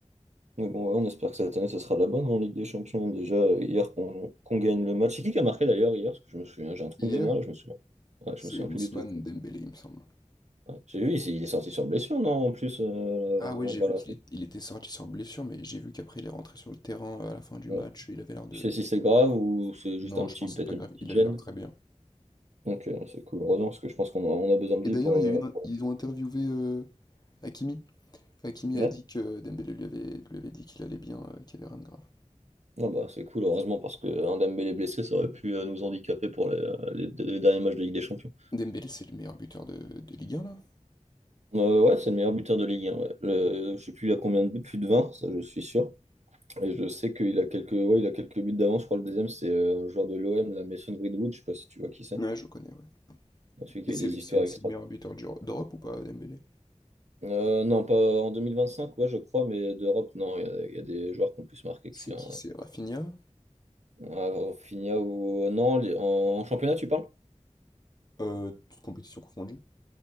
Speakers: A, on the right (about 70°); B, on the left (about 35°).
A: Mais bon, ouais, on espère que cette année, ça sera la bonne en Ligue des Champions. Déjà, euh, hier, qu'on qu'on gagne le match. C'est qui qui a marqué d'ailleurs hier? Parce que je me souviens, j'ai un trou
B: Hier,
A: de mémoire là, je me souviens. Ouais,
B: c'est
A: je me souviens
B: Ousmane
A: plus du tout.
B: Dembélé, il me semble.
A: Ouais. J'ai vu, il s'est- il est sorti sur blessure, non, en plus, euh,
B: Ah ouais, j'ai
A: vers
B: vu
A: la
B: qu'il
A: fin.
B: est- il était sorti sur blessure, mais j'ai vu qu'après il est rentré sur le terrain euh, à la fin du
A: Ouais.
B: match. Il avait l'air de.
A: Je sais si c'est grave ou c'est juste
B: Non,
A: un
B: je
A: petit,
B: pense que
A: peut-être
B: c'est pas
A: une
B: grave.
A: petite
B: Il
A: gêne.
B: avait l'air très bien.
A: Donc, euh, c'est cool. Heureusement, parce que je pense qu'on a, on a besoin de
B: Et
A: lui
B: d'ailleurs,
A: pour...
B: il
A: la-
B: y a eu une-
A: pour...
B: ils ont interviewé euh, Hakimi. Hakimi
A: la-
B: a dit
A: Ouais.
B: que Dembélé lui avait, lui avait dit qu'il allait bien, euh, qu'il y avait rien de grave.
A: Ah bah, c'est cool, heureusement, parce que un Dembélé blessé, ça aurait pu euh, nous handicaper pour les, euh, les- les derniers matchs de Ligue des Champions.
B: Dembélé, c'est le meilleur buteur de, de Ligue 1, là?
A: Euh, ouais, c'est le meilleur buteur de Ligue 1. ouais. Le- je sais plus il a combien de buts, plus de 20 ça je suis sûr. Et je sais qu'il a quelques, ouais, il a quelques buts d'avance. Je crois que le deuxième, c'est euh, un joueur de l'OM, la Mason Greenwood, je sais pas si tu vois qui c'est.
B: Ouais, je connais, ouais.
A: Celui qui
B: Et c'est
A: a des histoires
B: c'est-
A: extra.
B: c'est le meilleur buteur d'Euro- d'Europe ou pas, Dembélé?
A: Euh, non, pas en 2025, ouais, je crois, mais d'Europe, non, il y, a il y a des joueurs qui ont plus marqué
B: C'est
A: que lui. en-
B: qui? C'est Rafinha?
A: à Rafinha ou. euh, Non, les- en en championnat, tu parles?
B: Euh, toutes compétitions confondues?